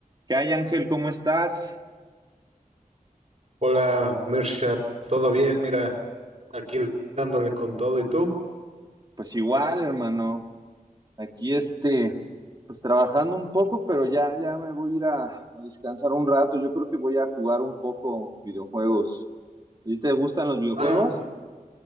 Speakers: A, on the right (about 30°); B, on the right (about 55°).
A: ¿Qué hay, Ángel? ¿Cómo estás?
B: Hola, Mirsha, ¿todo bien? Mira, aquí dándole con todo, ¿y tú?
A: Pues igual, hermano. Aquí este, pues trabajando un poco, pero ya, ya me voy a ir a, a descansar un rato. Yo creo que voy a jugar un poco videojuegos. ¿A ti te gustan los videojuegos?
B: Ah,